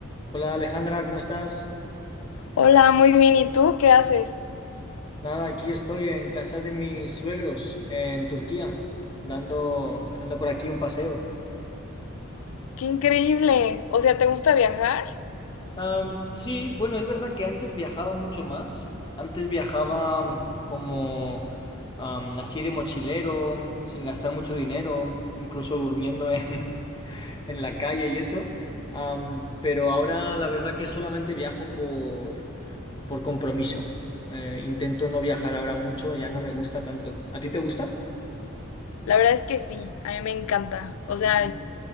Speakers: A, on the left; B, on the left.
A: Hola Alejandra, ¿cómo estás?
B: Hola, muy bien. ¿Y tú qué haces?
A: Nada, aquí estoy en casa de mis suegros en Turquía, dando, dando por aquí un paseo.
B: Qué increíble. O sea, ¿te gusta viajar?
A: Am, sí, bueno, es verdad que antes viajaba mucho más. Antes viajaba mm, como am, así de mochilero, sin gastar mucho dinero, incluso durmiendo en, <laughs> en la calle y eso. Am, pero ahora la verdad que solamente viajo por, por compromiso. Eh, intento no viajar ahora mucho, ya no me gusta tanto. ¿A ti te gusta?
B: La verdad es que sí, a mí me encanta. O sea,
A: Mm,